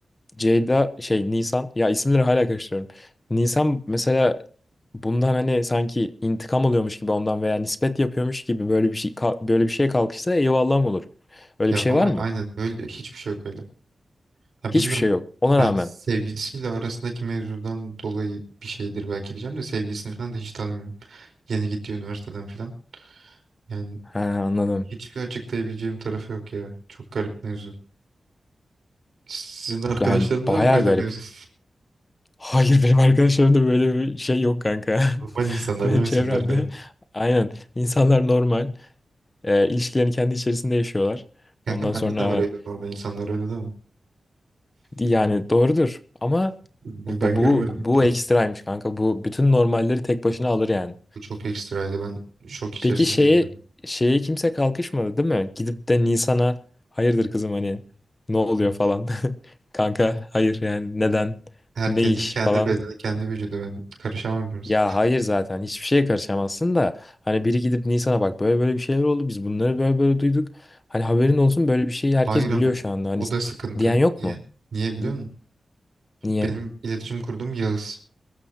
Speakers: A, on the left (about 30°); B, on the right (about 75°).
A: Ceyda şey Nisan ya isimleri hala karıştırıyorum. Nisan mesela bundan hani sanki intikam alıyormuş gibi ondan veya nispet yapıyormuş gibi böyle bir şey böyle bir şeye kalkışsa eyvallah mı olur? Öyle
B: Ya
A: bir şey
B: ama
A: var mı?
B: aynen öyle hiçbir şey yok öyle. Ha
A: Hiçbir
B: bilmiyorum
A: şey yok. Ona
B: belki
A: rağmen.
B: sevgilisiyle arasındaki mevzudan dolayı bir şeydir belki diyeceğim de sevgilisini falan da hiç tanımıyorum. Yeni gittiği üniversiteden falan. Yani
A: He anladım.
B: hiçbir açıklayabileceğim tarafı yok ya. Çok garip mevzu. Sizin arkadaşların
A: Yani
B: var
A: bayağı
B: mı böyle
A: garip.
B: mevzu? <laughs>
A: Hayır benim arkadaşlarımda böyle bir şey yok kanka. <laughs>
B: Normal insanlar
A: Benim
B: değil mi
A: çevremde
B: senin arkadaş?
A: aynen insanlar normal. E, ilişkilerini kendi içerisinde yaşıyorlar.
B: Kanka
A: Ondan sonra
B: bende de var öyle normal insanlar öyle değil mi?
A: yani doğrudur ama
B: Ben
A: bu, bu, bu,
B: görmedim.
A: bu
B: <laughs>
A: ekstraymış kanka. Bu bütün normalleri tek başına alır yani.
B: Bu çok ekstraydı. Ben şok içerisindeydim.
A: Peki şeye şeye kimse kalkışmadı değil mi? Gidip de Nisan'a hayırdır kızım hani ne oluyor falan. <laughs> Kanka hayır yani neden?
B: Herkesin
A: Ne iş
B: kendi
A: falan.
B: bedeni, kendi vücudu. Ben karışamam kimse.
A: Ya hayır zaten hiçbir şeye karışamazsın da hani biri gidip Nisan'a bak böyle böyle bir şeyler oldu biz bunları böyle böyle duyduk. Hani haberin olsun böyle bir şeyi herkes
B: Hayır ama
A: biliyor şu anda hani
B: o da sıkıntı.
A: diyen yok
B: Niye?
A: mu?
B: Niye biliyor
A: N-
B: musun?
A: Niye?
B: Benim iletişim kurduğum Yağız.